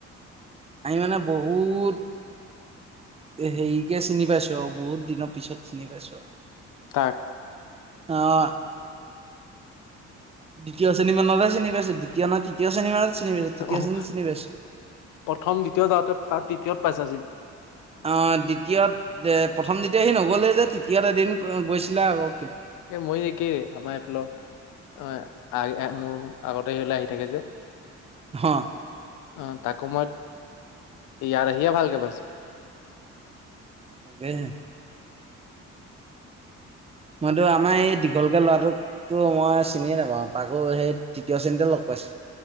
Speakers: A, on the right (about 20°); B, on the left (about 85°).
A: আমি মানে বহুত। এ হেৰিকে চিনি পাইছো আৰু বহুত দিনৰ পিছত চিনি পাইছো।
B: তাক।
A: অ'। দ্বিতীয় শ্ৰেণী মানতে চিনি পাইছোঁ। দ্বিতীয় নয়, তৃতীয় শ্ৰেণী মানত চিনি পাইছো, তৃতীয়
B: অহ,
A: শ্ৰেণীত চিনি পাইছো।
B: প্ৰথম দ্বিতীয় যাওঁতে তাৰ তৃতীয়ত পাইছা চি
A: অ' দ্বিতীয়ত এ প্ৰথম, দ্বিতীয় হি নগ'লে যে তৃতীয়ত এদিন গৈ-গৈছিলে আও।
B: এ মই একেই আমাৰ এইফালৰ, আ আ মোৰ আগতে সিলে আহি থাকে যে,
A: হ
B: আহ তাকো মই ইয়াত আহিয়ে ভালকে পাইছো
A: <unintelligible> মইতো আমাৰ এই দীঘলকে ল'ৰাটোকো মই চিনিয়ে নাপাওঁ তাকো সেই তৃতীয় শ্ৰেণীতে লগ <unintelligible>